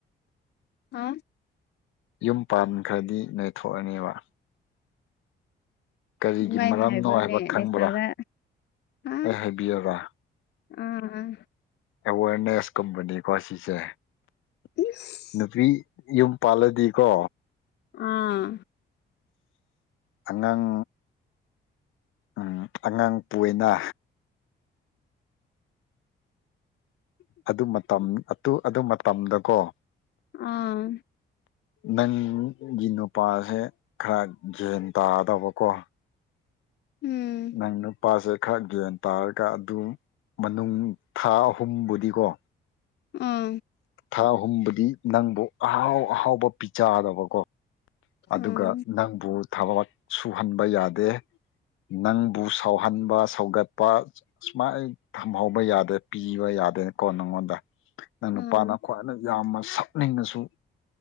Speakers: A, on the left (about 60°); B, on the left (about 80°).
A: ꯑ
B: ꯌꯨꯝ ꯄꯥꯟꯈ꯭ꯔꯗꯤ ꯅꯣꯏꯊꯣꯛꯑꯅꯦꯕ ꯀꯔꯤꯒꯤ
A: ꯑꯗꯨꯃꯥꯏꯅ
B: ꯃꯔꯝꯅꯣ
A: ꯍꯥꯏꯕ꯭ꯔꯣꯅꯦ
B: ꯍꯥꯏꯕ ꯈꯪꯕ꯭ꯔꯥ
A: ꯅꯁꯥꯗ ꯑ
B: ꯑꯩ ꯍꯥꯏꯕꯤꯌꯔꯥ
A: ꯑꯥ
B: ꯑꯦꯋꯥꯔꯅꯦꯁ ꯀꯨꯝꯕꯅꯤꯀꯣ ꯁꯤꯁꯦ
A: ꯏꯁ
B: ꯅꯨꯄꯤ ꯌꯨꯝ ꯄꯂꯦꯗꯤꯀꯣ
A: ꯑꯥ
B: ꯑꯉꯥꯡ ꯎꯝ ꯑꯉꯥꯡ ꯄꯣꯛꯑꯦꯅ ꯑꯗꯨ ꯃꯇꯝ ꯑꯗꯨ ꯑꯗꯨ ꯃꯇꯝꯗꯀꯣ
A: ꯑꯥ
B: ꯅꯪꯒꯤ ꯅꯨꯄꯥꯁꯦ ꯈꯔ ꯒ꯭ꯌꯥꯟ ꯇꯥꯗꯕꯀꯣ
A: ꯎꯝ
B: ꯅꯪꯅ ꯄꯁ ꯈꯔ ꯒ꯭ꯌꯥꯟ ꯇꯥꯔꯒ ꯑꯗꯨ ꯃꯅꯨꯡ ꯊꯥ ꯑꯍꯨꯝꯕꯨꯗꯤꯀꯣ
A: ꯑꯥ
B: ꯊꯥ ꯍꯨꯝꯕꯗꯤ ꯅꯪꯕꯨ ꯑꯍꯥꯎ ꯑꯍꯥꯎꯕ ꯄꯤꯖꯥꯗꯕꯀꯣ ꯑꯗꯨꯒ
A: ꯑꯥ
B: ꯅꯪꯕꯨ ꯊꯕꯛ ꯁꯨꯍꯟꯕ ꯌꯥꯗꯦ ꯅꯪꯕꯨ ꯁꯥꯎꯍꯟꯕ ꯁꯧꯒꯠꯄ ꯁꯨꯃꯥꯏ ꯊꯝꯍꯧꯕ ꯌꯥꯗꯦ ꯄꯤꯕ ꯌꯥꯗ ꯌꯥꯗꯅꯤ ꯀꯣꯟꯅꯉꯣꯗ ꯅꯪ ꯅꯨꯄꯥꯅ
A: ꯑꯥ
B: ꯈ꯭ꯋꯥꯏꯅ ꯌꯥꯝꯅ ꯁꯛꯅꯤꯡꯉꯁꯨ